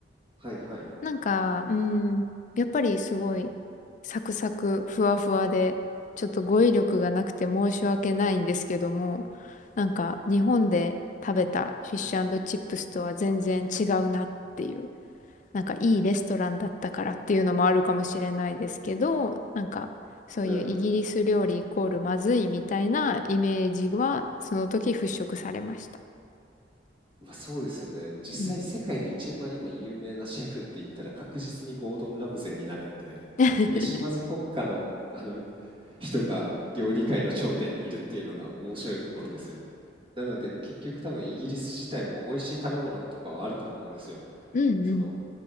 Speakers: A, on the right; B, on the left.
A: はいはい。
B: なんか、うん、やっぱりすごい、サクサク、ふわふわで、ちょっと語彙力がなくて申し訳ないんですけども、なんか、日本で食べたフィッシュチップスとは全然違うなっていう、
A: うんうん。
B: なんかいいレストランだったからっていうのもあるかもしれないですけど、なんか、そういうイギリス料理イコールまずいみたいなイメージは、
A: なるほど。
B: その時払拭されました。
A: まあ、そうですよね。実際世界で一番今有名なシェフって言ったら確実にゴードン・
B: うん。
A: ラムゼーになるんで、
B: <laughs>
A: 飯まず国家の、あの人が料理界の頂点にいるっていうのが面白いところですよね。なので結局多分イギリス自体も美味しい食べ物とかはあると思うんですよ。
B: うんうん。
A: その